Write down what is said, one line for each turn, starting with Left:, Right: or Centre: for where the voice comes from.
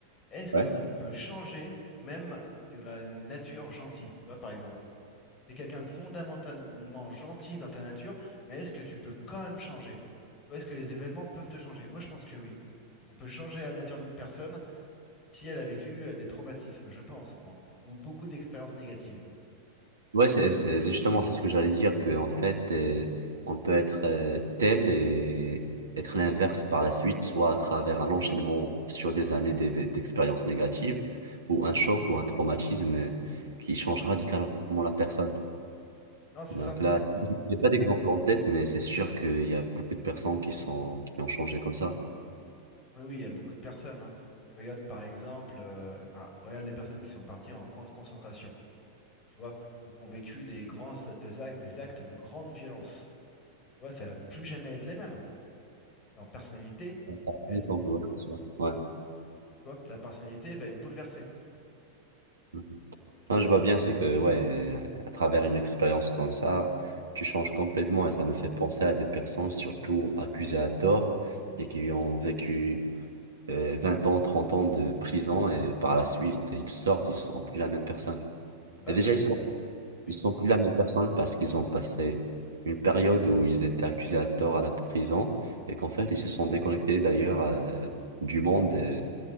Left: Est-ce
Right: Ouais.
Left: que l'on peut changer même si on a une nature gentille? Tu vois, par exemple, tu es quelqu'un de fondamentalement gentil dans ta nature, mais est-ce que tu peux quand même changer? Tu vois, est-ce que les événements peuvent te changer? Moi, je pense que oui. On peut changer la nature d'une personne si elle a vécu euh, des traumatismes, je pense, moi, ou beaucoup d'expériences négatives.
Right: Ouais, c'est c'est- c'est justement c'est ce que j'allais dire, que en fait, euh, on peut être euh, tel et être l'inverse par la suite, soit à travers un enchaînement sur des années d'éve- d'expériences négatives, ou un choc ou un traumatisme euh, qui change radicalement la personne.
Left: Non, c'est
Right: Donc
Left: ça.
Right: là, j'ai pas d'exemple en tête, mais c'est sûr qu'il y a beaucoup de personnes qui sont, qui ont changé comme ça.
Left: Oui, oui, il y a beaucoup de personnes. hein. Tu regardes par exemple, euh, bah, regarde les personnes qui sont parties en camp de concentration, tu vois, ou qui ont vécu des grands a- des actes, des actes de grande violence. Tu vois, ça va plus jamais être les mêmes. Leur personnalité
Right: Par
Left: va être,
Right: exemple, ouais, tu vois. Ouais.
Left: tu vois, la personnalité va être bouleversée.
Right: Mhm. Non, je vois bien, c'est que, ouais, à à travers une expérience comme ça, tu changes complètement et ça me fait penser à des personnes, surtout accusées à tort et qui ont vécu euh, 20 ans, 30 ans de prison et par la suite, ils sortent, ils sont plus la même personne.
Left: Ah bah
Right: Et déjà,
Left: oui, ce
Right: ils
Left: que,
Right: sont,
Left: tu- oui,
Right: ils sont plus la même personne parce qu'ils ont passé une période où ils étaient accusés à tort à la prison et qu'en fait, ils se sont déconnectés d'ailleurs euh, du monde, euh,